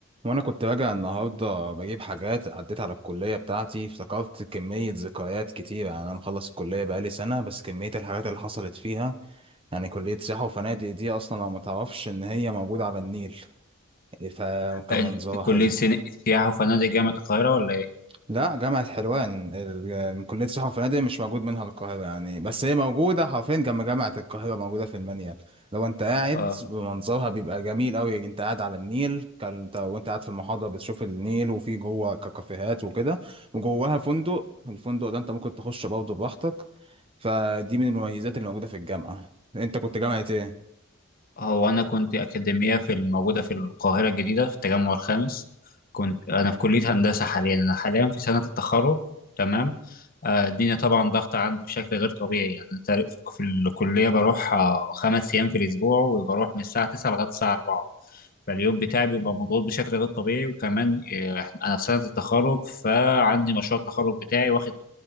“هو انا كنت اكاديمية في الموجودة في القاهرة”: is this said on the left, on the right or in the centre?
Left